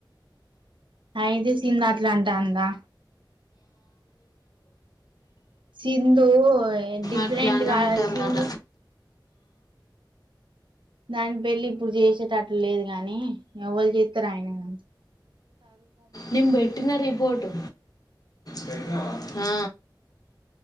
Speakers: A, on the right; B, on the left.
A: అయితే సిందట్లా అంటాందా సిందూ డిఫరెంట్
B: అట్లా అని
A: కాలో
B: అంటుందట
A: సిందు దాని పెళ్లిి ఇప్పుడు చేసేటట్లు లేదు గానీ ఎవ్వలు చేత్తరు ఆయనేగా
B: నిమ్ పెట్టిన రిపోర్టు పెట్టినవా ఆ